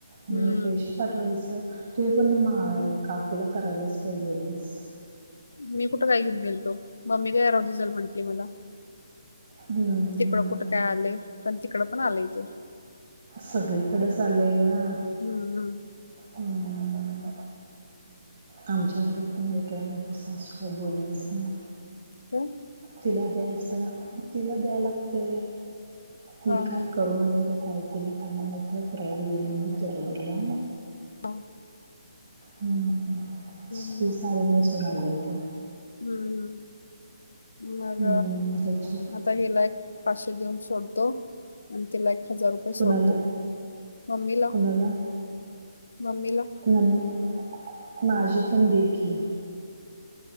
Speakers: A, on the right; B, on the left.
A: आणि
B: हम्म
A: पैशे पाठवायचं. तू पण मा य काकूला करायलाच पाहिजे होतीस.
B: मी कुठं काय घिऊन गेलतो, मम्मी काय राहुदे चल म्हंटली मला
A: हम्म
B: तिकडं
A: हम्म
B: कुठं काय आलय पण ती कड पण आलय ते
A: सगळीकडेच आलंय ग
B: हम्म हम्म.
A: तन नंबर आमच्या घरात पण काय म्हणपस असं काय बोललेच नाही
B: हम
A: तिला द्यायचं तिला द्याय लागते ती
B: हा
A: काय
B: हा.
A: करून आल्या का काय कला कायमचा पुरा येलेली तरवला
B: हो
A: हम्म हम्
B: हम्म.
A: ती साडीने जनाले क
B: हम्म हम् मग
A: हम्म ह्याची
B: आता हेलायक पाशे देऊन सोडतो आणि तिला हजार रुपये सोडतो
A: कुणाला
B: मम्मीला
A: कुणाला
B: मम्मीला
A: न माझे पण देखी